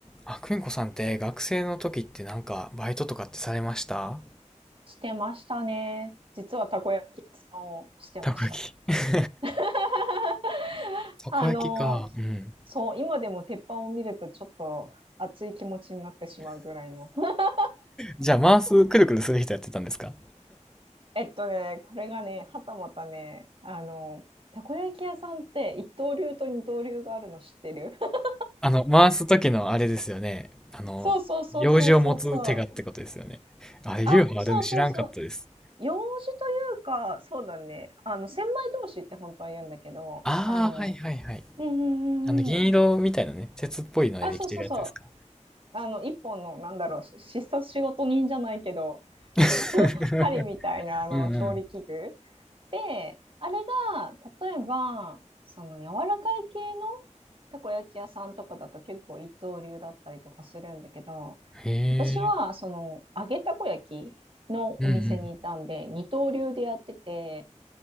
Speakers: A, in the centre; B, on the right.
A: あ、くんこさんって学生の時ってなんかバイトとかってされました
B: してましたね。実はたこ焼き屋さんをしてました。
A: たこ焼き。<laughs>
B: <laughs>
A: たこ焼きか。
B: あの、
A: うん。
B: そう、今でも鉄板を見るとちょっと熱い気持ちになってしまうぐらいの。<laughs>
A: じゃあ回す、くるくるする人やってたんですか
B: えっとね、これがね、はたまたね、あの、たこ焼き屋さんって一刀流と二刀流があるの知ってる <laughs>
A: あの、回す時のあれですよね。あの、
B: そうそうそうそうそうそう。
A: 用事を持つ手がってことですよね。あれ、
B: あ、
A: 流派あるの知らんかったです。
B: そうそうそう。用事というか、そうだね。あの、千枚通しって本当は言うんだけど、
A: ああ、
B: あの、
A: はいはいはい。
B: うんうんうん
A: あの、銀色みたいなね、鉄っぽいのでできてるやつですか
B: あ、そうそうそう。あの、一本の、なんだろう、し必殺仕事人じゃないけど、
A: <laughs>
B: <laughs> 針みたいな、あの、
A: うんう
B: 調理器具。で、あれが、例えば、その、柔らかい系のたこ焼き屋さんとかだと結構一刀流だったりとかするんだけど、
A: ん。へえ。
B: 私は、その、揚げたこ焼きのお店にいたんで、
A: うんうん。
B: 二刀流でやってて、